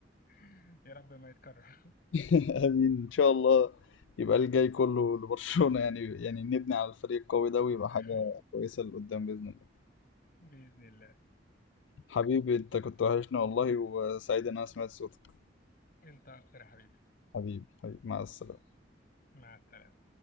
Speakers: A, on the left (about 50°); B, on the left (about 75°).
A: <laughs> يا رب ما يتكرر
B: <laughs> آمين إن شاء الله يبقى الجاي كله لبرشلونة يعني يعني نبني على الفريق القوي ده ويبقى
A: <laughs>
B: حاجة كويسة لقدام بإذن الله
A: بإذن الله
B: حبيبي أنت كنت وحشنا والله وسعيد إن أنا سمعت صوتك
A: انت اكتر يا حبيبي
B: حبيبي حبيبي مع السلامة
A: مع السلامة